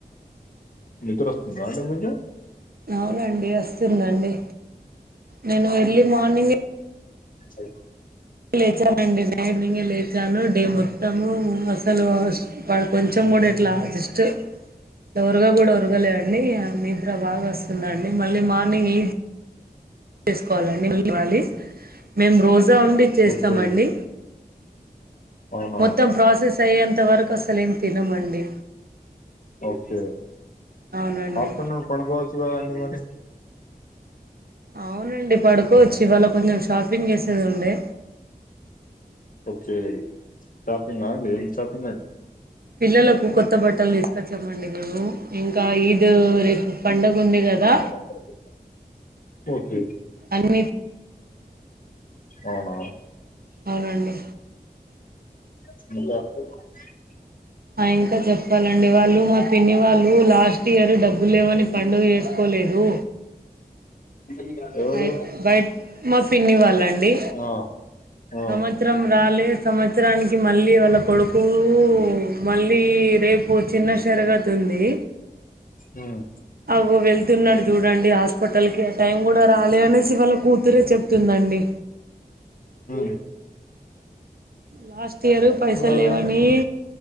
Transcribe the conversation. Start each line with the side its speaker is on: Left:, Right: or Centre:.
Left: నిద్రొస్తుందా అండి మీకు
Right: అవునండి వస్తుందండి నేను ఎర్లీ మార్నింగే
Left: స
Right: లేచానండి నైట్నింగ్ లేచాను డే మొత్తము పడు అసలు కొంచెం కూడా ఇట్లా జస్ట్ ఒరగ కూడా ఒరగలేడు అండి నిద్ర బాగా వస్తుందండి మళ్ళీ మార్నింగే చేసుకోవాలండి మళ్ళీ మేము రోజా ఉండి చేస్తామండి
Left: ఓకే అవునా
Right: మొత్తం ప్రాసెస్ అయ్యే కసలేం తినమండి
Left: ఓకే
Right: అవునండి
Left: ఆఫ్టర్నూన్ పడుకోవచ్చు కదండి మరి
Right: అవునండి పడుకోవచ్చు ఇవాళ కొంచెం షాపింగ్ చేసేది ఉండే
Left: ఓకే షాపింగ్ ఆ ఏం షాపింగ్ అండీ
Right: పిల్లలకు కొత్త బట్టలు తీసుకొచ్చామండి మేము ఇంకా ఈద్ రేపు పండుగ ఉంది కదా
Left: <unintelligible> ఓకే
Right: అన్ని
Left: అవునా
Right: అవునండి
Left: <unintelligible>
Right: ఆ ఇంకా చెప్పాలండి డి వాళ్ళు మా పిన్నివాళ్ళు లాస్ట్ ఇయర్ డబ్బు లేవని పండుగ చేసుకోలేదు
Left: ఇంకా ఎవరు
Right: అ బయ మా పిన్నివాళ్ళండి
Left: ఆ ఆ
Right: సంవత్సరం రాలే సంవత్సరానికి మళ్ళీ వాళ్ళ కొడుకు మళ్ళీ రేపు చిన్న షారగతు ఉంది
Left: హ్మ్
Right: అగో వెళ్ తున్నాడు చూడండి హాస్పిటల్ కి ఆయా టైం కూడా రాలే అనేసి వల్ల కూతురే చెప్తుందండి
Left: ఉ
Right: లాస్ట్ ఇయరు పైసలు
Left: రాలేదండి
Right: లేవని